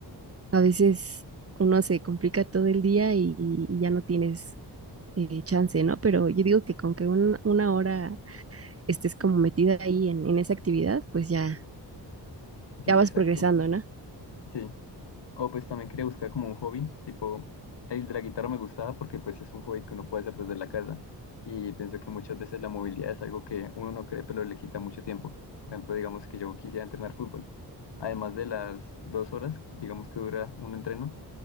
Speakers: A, on the right; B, on the left.
A: A veces uno se complica todo el día y, y ya no tienes eh, chance, ¿no? Pero yo digo que con que un- una hora estés como metida ahí en, en esa actividad, pues ya,
B: Sí,
A: ya vas
B: exacto.
A: progresando, ¿no?
B: Sí. O pues también quería buscar como un hobby. Tipo, el de la guitarra me gustaba porque pues es un hobby que uno puede hacer desde la casa. Y pienso que muchas veces la movilidad es algo que uno no cree, pero le quita mucho tiempo. Por ejemplo, digamos que yo quisiera entrenar fútbol. Además de las dos horas, digamos que dura un entreno,